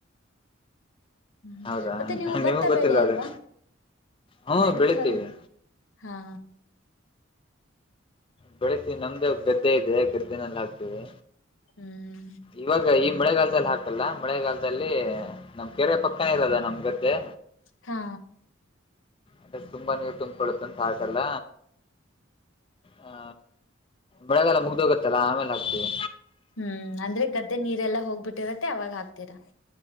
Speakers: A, on the left (about 80°); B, on the left (about 25°).
A: ಹ್ಮ್
B: ಹೌದಾ
A: ಮತ್ತೆ ನೀವು ಭತ್ತ
B: ನಿಮಗ್ ಗೊತ್ತಿಲ್ವಾ
A: ಬೆಳೆ ಅಲ್ವಾ
B: ಅದು ಹ್ಮ್
A: ನನಗ
B: ಬೆಳಿತೀವಿ
A: ಅಲ್ ಹಾ
B: ಬೆಳತೀವಿಿ ನಮ್ದೇ ಗದ್ದೆ ಇದೆ ಗದ್ದೆನೆಲ್ಲ ಹಾಕ್ತವಿ
A: ಹ್ಮ್
B: ಇವಾಗ ಈ ಮಳೆಗಾಲದಲ್ಲಿ ಹಾಕಲ್ಲ ಮಳೆಗಾಲದಲ್ಲಿ ನಮ್ ಕೆರೆ ಪಕ್ಕನೇ ಇರದ ನಮ್ ಗದ್ದೆ
A: ಹಾ
B: ಅದ ತುಂಬಾ ನೀರು ತುಂಬಕೊೊಳ್ಳುತ್ತ ಅಂತ ಹಾಕಲ್ಲ ಹಾ ಬೆಳೆಗಾಲ ಮುಗ್ದೋಗತ್ತಲ್ಲಾ ಆಮೇಲೆ ಹಾಕ್ತೀವಿ
A: ಹ್ಮ್ ಅಂದ್ರೆ ಗದ್ದೆ ನೀರೆಲ್ಲಾ ಹೋಗ್ಬಿಟ್ಟಿರತ್ತೆ ಅವಾಗ ಹಾಕ್ತೀರಾ